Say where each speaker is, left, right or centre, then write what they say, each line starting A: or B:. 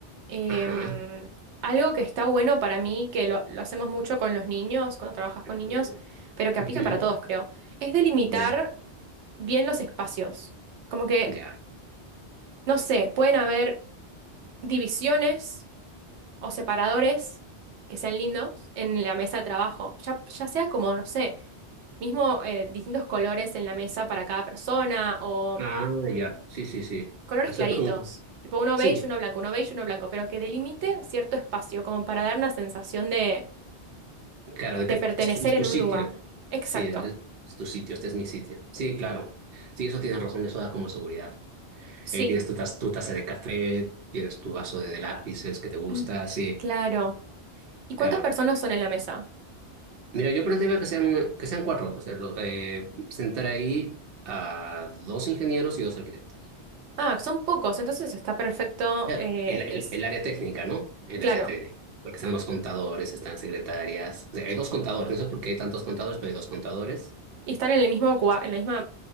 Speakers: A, on the right; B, on the right.
A: Em,
B: Ajá.
A: algo que está bueno para mí, que lo, lo hacemos mucho con los niños, cuando trabajas con niños,
B: A ver.
A: pero que
B: Ujú.
A: aplica para todos, creo, es delimitar
B: Ya,
A: bien los espacios. Como que,
B: ya.
A: no sé, pueden haber divisiones o separadores que sean lindos en la mesa de trabajo. Ya, ya sea como, no sé, mismo eh, distintos colores en la mesa para cada persona o
B: Ah, ya. Sí, sí, sí.
A: colores
B: Hacer-
A: claritos.
B: uh,
A: Tipo uno
B: Sí,
A: beige, uno blanco, uno beige, uno blanco, pero que delimite cierto espacio, como para dar una sensación de,
B: claro, de
A: de
B: que
A: pertenecer
B: es tu,
A: en
B: tu sitio.
A: un lugar. Exacto.
B: Sí, es, es tu sitio, este es mi sitio. Sí, claro. Sí, eso tienes razón, eso da como seguridad.
A: Sí.
B: Ahí tienes tu, taz- tu taza de café, tienes tu vaso de, de lápices que te gusta,
A: Mm,
B: sí,
A: Claro. ¿Y cuántas
B: claro.
A: personas son en la mesa?
B: Mira, yo planteaba que sean, que sean cuatro, o sea, lo- eh, sentar ahí a dos ingenieros y dos arquitectos.
A: Ah, son pocos, entonces está perfecto
B: Claro,
A: eh,
B: El, el,
A: que es,
B: el área técnica, ¿no? El
A: claro.
B: área técnica. Porque están los contadores, están secretarias. O sea, hay dos contadores, no sé por qué hay tantos contadores, pero hay dos contadores.
A: ¿Y están en el mismo cua- en la misma,